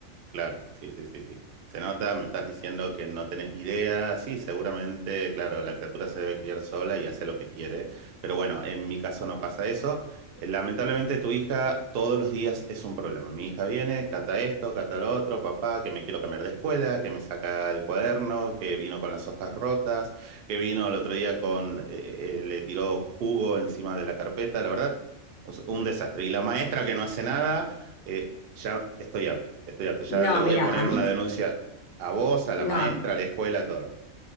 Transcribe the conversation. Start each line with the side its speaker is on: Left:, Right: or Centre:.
Right: Claro, sí, sí, sí, sí. Se nota, me estás diciendo que no tenés idea. Sí, seguramente, claro, la criatura se debe criar sola y hace lo que quiere. Pero bueno, en mi caso no pasa eso. Eh, Lamentablemente tu hija todos los días es un problema. Mi hija viene, cata esto, cata lo otro, papá, que me quiero cambiar de escuela, que me saca el cuaderno, que vino con las hojas rotas, que vino el otro día con, eh, eh, le tiró jugo encima de la carpeta. La verdad, un desastre. Y la maestra que no hace nada eh, ya estoy harto, estoy harto. Ya
Left: No,
Right: le voy
Left: mira,
Right: a poner
Left: a mí,
Right: una denuncia a vos, a la
Left: no,
Right: maestra,
Left: a-
Right: a la escuela, a todo.